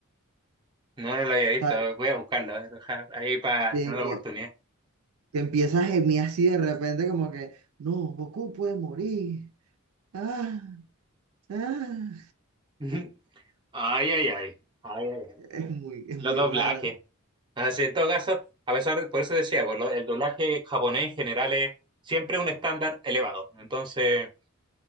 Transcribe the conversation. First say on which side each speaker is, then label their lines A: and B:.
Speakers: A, on the right (about 20°); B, on the right (about 80°).
A: No, no lo había visto,
B: ¿sabes?
A: a ver, voy a buscarlo, a ver, ja, ahí para
B: De
A: una
B: que,
A: oportunidad.
B: que empieza a gemir así de repente como que, no, Goku puede morir. Ah, ah".
A: <laughs> Ay, ay, ay. Ay, ay, ay.
B: Es muy, es
A: Los
B: muy
A: doblajes.
B: raro.
A: Así, en todo caso, a pesar de, por eso decía, pues, lo- el doblaje japonés en general es siempre un estándar elevado. Entonces,